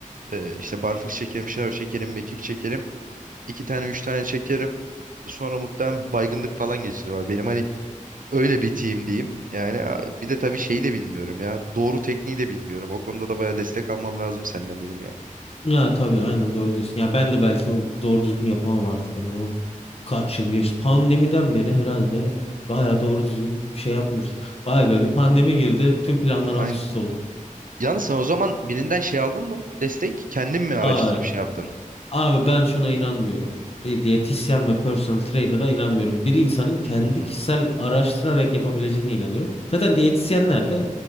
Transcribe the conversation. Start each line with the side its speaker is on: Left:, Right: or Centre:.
Right: e, işte barfiks çekelim, şınav çekelim, mekik çekelim. iki tane üç tane çekerim. Sonra muhtemelen baygınlık falan geçirir. Benim hani Öyle bir team diyeyim. Yani a- bir de tabii şeyi de bilmiyorum ya. Doğru tekniği de bilmiyorum. O konuda da bayağı destek almam lazım senden benim ya.
Left: Ya tabii aynen doğru diyorsun. Ya ben de belki o doğru düzgün yapamam artık. Hani onu kaç yıl geç pandemiden beri herhalde bayağı doğru düzgün bir şey yapmıyoruz. Vay be bir pandemi girdi tüm planlar
Right: Aynı.
Left: alt üst oldu.
Right: Yalnız sen o zaman birinden şey aldın mı? Destek kendin mi araştırıp
Left: Hayır.
Right: şey yaptın?
Left: Abi ben şuna inanmıyorum. Bir diyetisyen ve personal trainer'a inanmıyorum. Bir insanın kendi
Right: Hmm.
Left: kişisel araştırarak yapabileceğine inanıyorum. Zaten diyetisyenler de